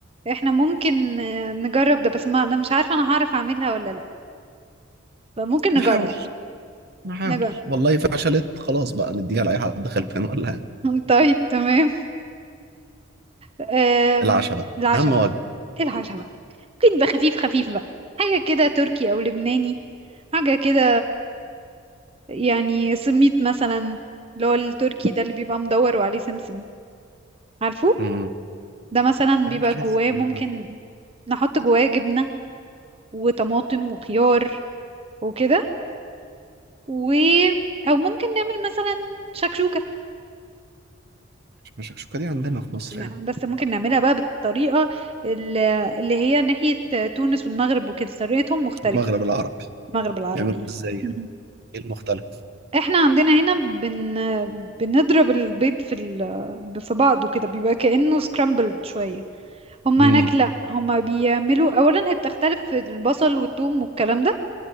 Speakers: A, on the right; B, on the right.
A: احنا ممكن آه، نجرب ده بس ما انا مش عارفة انا هعرف اعملها ولا لا فممكن نجرب
B: نحاول
A: بقى
B: نحاول
A: نجرب
B: والله فشلت خلاص بقى نديها لأي حد خلفان ولا حاجة.
A: <laughs> طيب تمام أم...
B: العشاء بقى
A: العشاء
B: أهم وجبة
A: بقى ايه العشاء بقى ممكن يبقى خفيف خفيف بقى حاجة كده تركي أو لبناني حاجة كده يعني سميت مثلا اللي هو التركي ده اللي بيبقى مدور وعليه سمسم عارفه
B: امم
A: ده مثلا
B: أنا
A: بيبقى
B: حاسس
A: جواه ممكن
B: إن
A: نحط جواه جبنة وطماطم وخيار وكده و أو ممكن نعمل مثلا شكشوكة
B: الشكشوكة دي عندنا في مصر
A: نعم،
B: يعني
A: بس ممكن نعملها بقى بالطريقة ال- اللي هي ناحية تونس والمغرب وكده طريقتهم مختلفة
B: المغرب العربي
A: المغرب العربي
B: بيعملوا ازاي يعني
A: <laughs>
B: ايه المختلف
A: احنا عندنا هنا بن... بنضرب البيض في ال... في بعضه كده بيبقى كأنه سكرامبلد شوية هما
B: امم
A: هناك لا هما بيعملوا اولا هي بتختلف في البصل والثوم والكلام ده